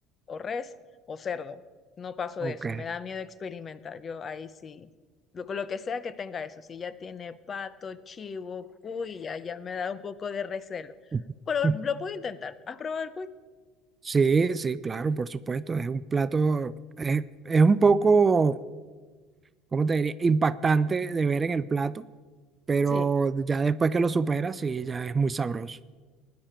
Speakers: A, on the left (about 35°); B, on the right (about 25°).
A: o res o cerdo. No paso
B: Ok.
A: de eso, me da miedo experimentar, yo ahí sí. Lo, lo que sea que tenga eso, si ya tiene pato, chivo, cuy, ya, ya me da un poco de recelo.
B: <laughs>
A: Pero lo puedo intentar. ¿Has probado el cuy?
B: Sí, sí, claro, por supuesto. Es un plato, es, es un poco, ¿cómo te diría? Impactante de ver en el plato, pero
A: Sí.
B: ya después que lo superas, sí, ya es muy sabroso.